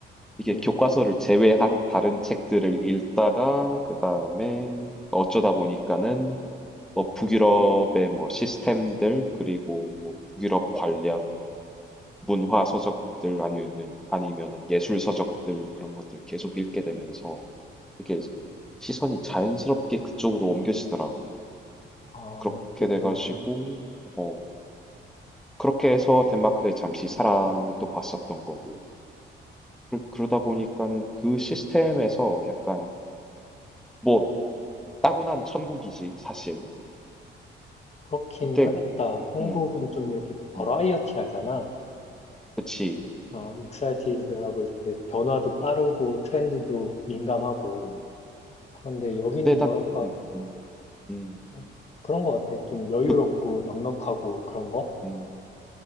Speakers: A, in the centre; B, on the left (about 35°).
A: 이게
B: 음.
A: 교과서를 제외한 다른 책들을 읽다가 그 다음에 어쩌다 보니까는 뭐 북유럽의 뭐 시스템들 그리고 뭐 북유럽 관련 문화 서적들 아니면은 아니면은 예술 서적들 그런 것들 계속 읽게 되면서 이게 시선이 자연스럽게 그쪽으로 옮겨지더라고.
B: 아,
A: 그렇게
B: 그랬구나.
A: 돼가지고 어 그렇게 해서 덴마크에 잠시 사랑을 또 봤었던 거고. 그러- 그러다 보니까는 그 시스템에서 약간 뭐 따분한 천국이지 사실.
B: 그렇긴
A: 근데
B: 하겠다. 한국은
A: 음,
B: 좀 이렇게 버라이어티
A: 음,
B: 하잖아.
A: 그치.
B: 어, 익사이티드하고
A: 음,
B: 이렇게 변화도 빠르고 트렌드도 민감하고
A: 음.
B: 그런데 여기는
A: 근데 일단
B: 뭐랄까
A: 음, 음, 음,
B: 음, 그런 것 같아. 좀 여유롭고
A: 그,
B: 넉넉하고 그런 거.
A: 음,